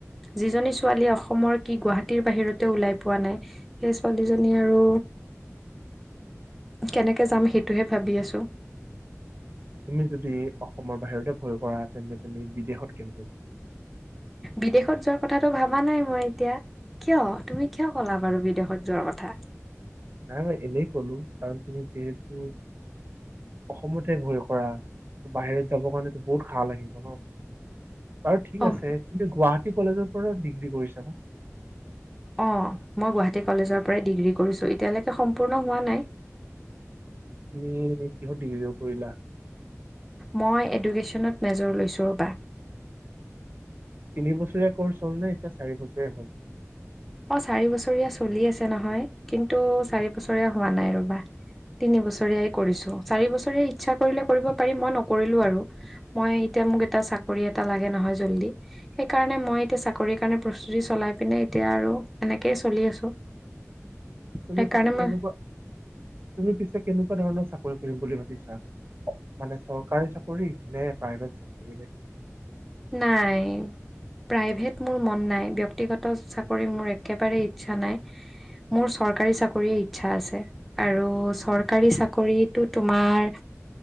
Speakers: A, in the centre; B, on the right.
A: যিজনী ছোৱালীয়ে অসমৰ কি গুৱাহাটীৰ বাহিৰতে ওলাই পোৱা নাই সেই ছোৱালীজনী আৰু। কেনেকে যাম সেইটোহে ভাবি আছোঁ।
B: তুমি যদি অসমৰ বাহিৰতে ভয় কৰা তেন্তে তুমি বিদেশত কেনেকৈ যাবা।
A: বিদেশত যোৱাৰ কথাটো ভাবা নাই মই এতিয়া। কিয় তুমি কিয় ক'লা বাৰু বিদেশত যোৱাৰ কথা।
B: নাই নাই এনেই কলো কাৰণ তুমি যিহেতু। অসমতে ভয় কৰা বাহিৰত যাব কাৰণেতো বহুত ভাল লাগিব ন। বাৰু ঠিক
A: অ',
B: আছে তুমি গুৱাহাটী কলেজৰ পৰা ডিগ্ৰী কৰিছা ন।
A: অ মই গুৱাহাটী কলেজৰ পৰাই ডিগ্ৰী কৰিছোঁ এতিয়ালৈকে সম্পূৰ্ণ হোৱা নাই।। <inaudible>
B: তুমি আৰু কিহত ডিগ্ৰী কৰিলা।
A: মই এডুকেশ্যনত মেজৰ লৈছোঁ ৰ'বা।
B: তিনি বছৰীয়া কৰ্চ হ'ল নে এতিয়া চাৰি বছৰীয়া হ'ল।
A: অ চাৰি বছৰীয়া চলি আছে নহয় কিন্তু চাৰি বছৰীয়া হোৱা নাই ৰবা। তিনি বছৰীয়াই কৰিছো চাৰি বছৰীয়া ইচ্ছা কৰিলে কৰিব পাৰিম মই নকৰিলো আৰু মই এতিয়া। মোক এতিয়া চাকৰি এটা লগে নহৈ জল্দি হেই কাৰণে মই চাকৰি কাৰণে প্ৰস্তুতি চলাই পিনে। এতিয়া আৰু এনেকেই চলি আছোঁ।
B: তুমি
A: সেইকাৰণে
B: পি কেনেকোৱা
A: মই
B: তুমি পিছে কেনেকুৱা ধৰণৰ চাকৰি। কৰিম বুলি ভাবিছা মানে চৰকাৰী চাকৰি নে প্ৰাইভেট চাকৰি।
A: নাই প্ৰাইভেট মোৰ মন নাই ব্যক্তিগত চাকৰি মোৰ একেবাৰেই ইচ্ছা নাই। মোৰ চৰকাৰী চাকৰিয়ে ইচ্ছা আছে আৰু চৰকাৰী চাকৰিটো তোমাৰ।